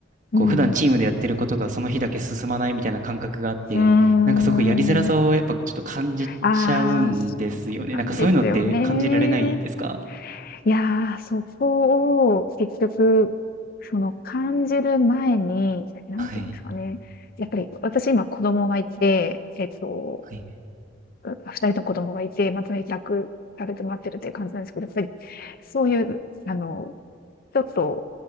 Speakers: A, on the right; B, on the left.
A: こう普段チームでやってることがその日だけ進まないみたいな感覚があって、
B: うん。うーん。
A: なんかすごくやりづらさをやっぱちょっと感じちゃうんですよね。
B: ああ、そうなんですよね。
A: なんかそういうのって感じられないですか
B: いやー、そこを結局、その感じる前に、なんて言うんですかね、
A: はい。
B: やっぱり私今子供がいて、えっと
A: はい。
B: う2人の子供がいて、まあ、そ在宅されてもらってるという感じなんですけど、やっぱりそういう、あの、ちょっと